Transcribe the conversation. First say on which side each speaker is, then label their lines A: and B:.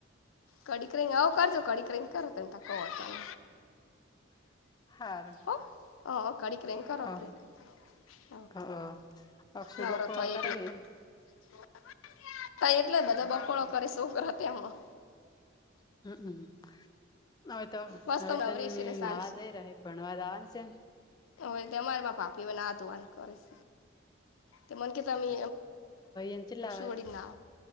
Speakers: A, on the left; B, on the left.
A: કઢીક રઈને અવ કરજો કઢીક રય કરો.
B: હારુ
A: હો હં ઘડીક રહીને કરો
B: હા
A: કે હવ.
B: હહ. અક્ષુ
A: નવરો
B: બપોર
A: થાય
B: અકડાઈ
A: એટલે <inaudible> તા એટલે બધો બકોડો કરી છોકરો તેમાં.
B: હહ. હવે તો
A: બસ
B: હવે
A: તો નવરી
B: તને
A: છે એટલે ચાલશે
B: નાહવા જઈ રહે ભણવા જવાનું છે.
A: હવે અમારીમાં ભાભી બનાવે આ ધુવા કરીશ. તે મને કે તમે
B: એને ચેટલા
A: <unintelligible> ના